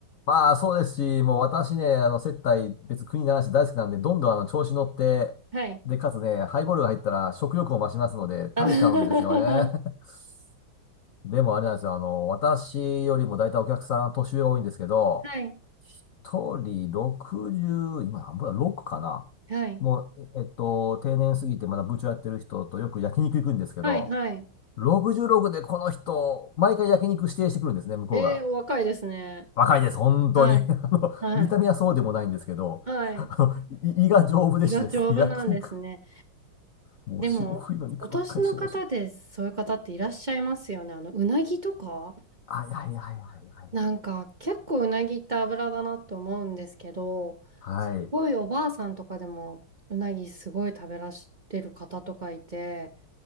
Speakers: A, on the left; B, on the right.
A: まあそうですし、もう私ね、あの、接待、別国ならし大好きなんで、どんどんあの、調子乗って、
B: はい。
A: で、かつね、ハイボールが入ったら食欲も増しますので、
B: あ
A: 食べちゃうんですよね。
B: <laughs> は
A: <laughs> でもあれなんですよ、あの、私よりも大体お客さん年上が多いんですけど、
B: い。
A: 人60、今何分だ、6かな。
B: はい。
A: もう、えっと、定年過ぎてまだ部長やってる人とよく焼肉行くんですけど、
B: はいはい。
A: 66でこの人、毎回焼肉指定してくるんですね、向こうが。
B: えー、お若いですね。
A: 若いです、本当に。
B: はい。
A: <laughs> あの、
B: はい。
A: 見た目はそうでもないんですけど、
B: はい。
A: あの、い胃が丈夫でしてですね、
B: 胃が丈夫なんですね。
A: 焼肉。もう霜降りの肉ばっかり注文して。
B: でも、お年の方でそういう方っていらっしゃいますよね。あの、うなぎとか
A: はいはいはいはいはい
B: なんか、結構うなぎって脂だなと思うんですけど、
A: はい。
B: すごいおばあさんとかでもうなぎすごい食べらしてる方とかいて、
A: はい。